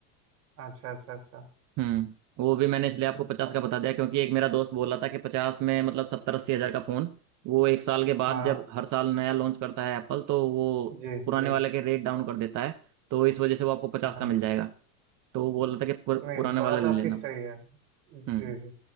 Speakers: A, on the right; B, on the right.
A: अच्छा अच्छा अच्छा
B: हम्म वो भी मैंने इसलिए आपको
A: हम्म,
B: पचास का बता दिया क्योंकि एक मेरा दोस्त बोल रहा था कि पचास में मतलब सत्तर अस्सी हजार का फोन वो एक साल के बाद
A: हाँ
B: जब हर साल नया लॉन्च करता है एप्पल तो वो
A: जी
B: पुराने
A: जी
B: वाले के रेट डाउन कर देता है तो इस वजह से वो आपको पचास
A: हाँ
B: का मिल जाएगा तो वो बोल रहा था कि पुर,
A: नहीं
B: पुराने
A: बात
B: वाला ले
A: आपकी
B: लेना
A: सही है जी
B: हम्म
A: जी